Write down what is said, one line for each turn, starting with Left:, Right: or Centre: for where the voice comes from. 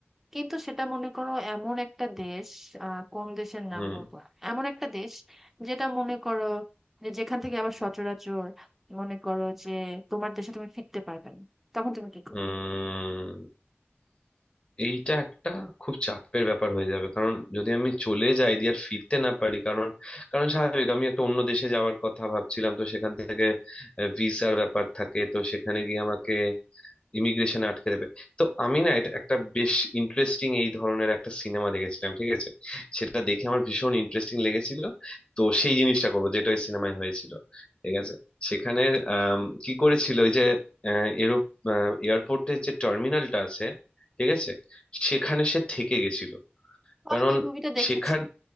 Centre: কিন্তু সেটা মনে করো এমন একটা দেশ আহ, কোন দেশের নাম
Left: হুম
Centre: বলবো এমন একটা দেশ যেটা মনে করো যে যেখান থেকে আবার সচরাচর মনে করো যে তোমার দেশে তুমি ফিরতে পারবে না তখন তুমি কি করবে
Left: হুম এইটা একটা খুব চাপের ব্যাপার হয়ে যাবে কারণ যদি আমি চলে যাই দিয়ে আর ফিরতে না পারি কারণ কারণ স্বাভাবিক আমি একটা অন্য দেশে যাওয়ার কথা ভাবছিলাম তো সেখান থেকে ভিসার ব্যাপার থাকে তো সেখানে গিয়ে আমাকে ইমিগ্রেশনে আটকে দেবে তো আমি না এটা একটা বেশ ইন্টারেস্টিং এই ধরনের একটা সিনেমা দেখেছিলাম ঠিক আছে সেটা দেখে আমার ভীষণ ইন্টারেস্টিং লেগেছিল তো সেই জিনিসটা করবো যেটা ওই সিনেমায় হয়েছিল ঠিক আছে সেখানে আম, কি করেছিল ওই যে এরো এয়ারপোর্টের যে টার্মিনালটা আছে ঠিক আছে সেখানে সে থেকে গেছিল
Centre: ও,
Left: কারণ
Centre: আমি মুভিটা দেখেছি
Left: সেখান